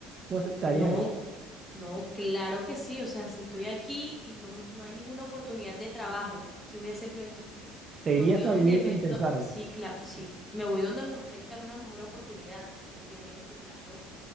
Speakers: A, on the right; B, on the left.
A: ¿Tú aceptarías
B: no,
A: eso?
B: no, claro que sí. O sea, si estoy aquí y no, no hay ninguna oportunidad de trabajo, ¿qué voy a hacer yo aquí?
A: ¿Te
B: Me
A: irías
B: voy a
A: a
B: donde
A: vivir
B: me...
A: sin pensarlo?
B: do- sí, claro, sí. Me voy donde me ofrezcan una mejor oportunidad. Obviamente, claro.